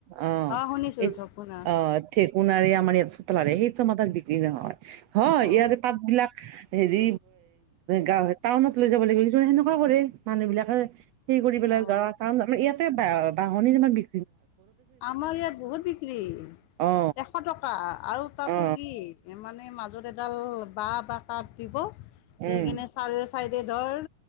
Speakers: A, on the right (about 80°); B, on the left (about 75°).
A: অ',
B: শুনিছো
A: এই
B: ঢকুনা
A: অ', ঠেকনাৰে আমাৰ লাৰে সেইটো মাতাৰ বিক্ৰী নহয় হয়
B: অ
A: ইয়াৰ পাত বিলাক হেৰি গাঁৱ টাউনত লৈ যাব লাগিব কি সেনেকুৱা কৰে মানুহ বিলাকে সেই কৰি পেলাই
B: অ
A: যোৱা কাৰণ জান ইয়াতে বা
B: অ
A: বাহনি ইমান বি
B: আমাৰ ইয়াত বহুত বিক্ৰী
A: অ
B: এশ টকা আৰু তাতো
A: অ
B: কি মানে মাজত এডাল বাঁহ বা কাঠ দিব
A: উম
B: দি কিনে চাৰে চাই ধৰ